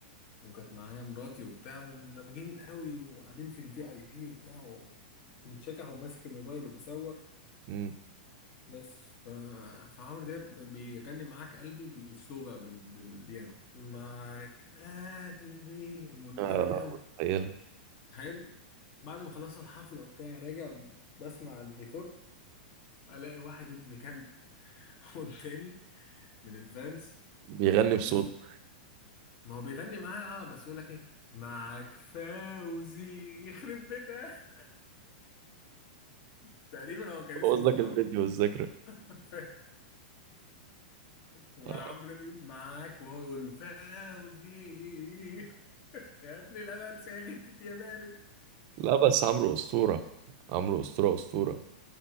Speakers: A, on the left (about 45°); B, on the right (about 45°).
A: وكانت معايا مراتي وبتاع ومندمجين قوي وقاعدين في الفي اي بي وبتاع ومتشكح وماسك الموبايل وبصور
B: امم
A: بس ف... فعمرو دياب بيغني معاك قلبي بالسلو بقى بال... بالبيانو معاك قلبي ومندمج
B: آه،
A: قوي
B: متخيله
A: تخيل بعد ما خلصنا الحفلة وبتاع راجع بسمع الريكورد الاقي واحد ابن كلب <laughs> قدامي من الفانز
B: بيغني بصوت
A: بس ما هو بيغني معايا اه بس يقول لك ايه معاك فوزي يخرب بيتك <laughs> تقريبا هو كان اسمه
B: بوظ
A: فوزي
B: لك الفيديو والذكرى
A: <laughs> وعمرو
B: آه.
A: ده بيقول معاك وهو يقول له فوزي <laughs> يا ابن الامل ساغتت يا بارد
B: لا بس عمرو اسطوره عمرو اسطوره اسطوره